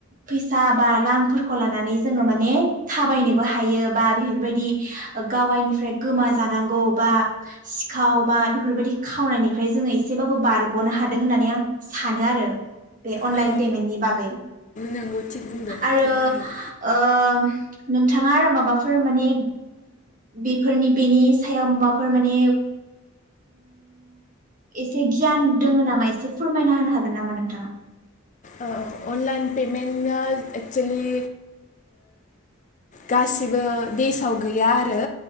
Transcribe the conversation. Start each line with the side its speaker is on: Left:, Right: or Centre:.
Right: फैसा बा रांफोरखौ लानानै जोङो माने थाबायनोबो हायो बा बेफोरबायदि गावायनिफ्राय गोमा जानांगौ बा सिखाव बा बेफोरबायदि खावनायनिफ्राय जोङो एसेबाबो बारग'नो हादों होननानै आं सानो आरो बे अनलाइन
Left: औ
Right: पेमेन्टनि बागै
Left: नंगौ थिग बुंदों
Right: आरो
Left: थिग बुंदों
Right: ओ नोंथाङा आरो माबाफोर माने बेफोरनि बेनि सायाव माबाफोर फोरमाने एसे गियान दोङ नामा एसे फोरमायना होनो हागोन नामा नोंथाङा?
Left: ओ-ओ अनलाइन पेमेन्टआ एक्सेलि गासिबो बेसाव गैया आरो।